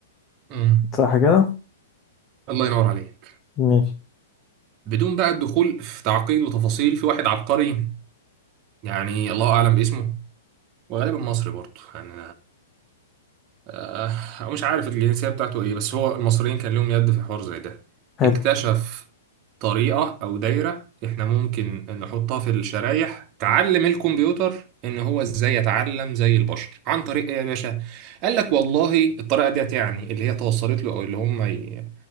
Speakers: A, on the right; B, on the left.
A: امم
B: صح كده
A: الله ينور عليك
B: ماشي
A: بدون بقى الدخول في تعقيد وتفاصيل في واحد عبقري يعني الله اعلم باسمه وغالبا مصري برضه يعني آه، مش عارف الجنسية بتاعته ايه بس هو المصريين كان لهم يد في حوار زي ده
B: حلو
A: اكتشف طريقة او دايرة احنا ممكن نحطها في الشرايح تعلم الكمبيوتر ان هو ازاي يتعلم زي البشر عن طريق ايه يا باشا قال لك والله الطريقة ديت يعني اللي هي توصلت له او اللي هم ي-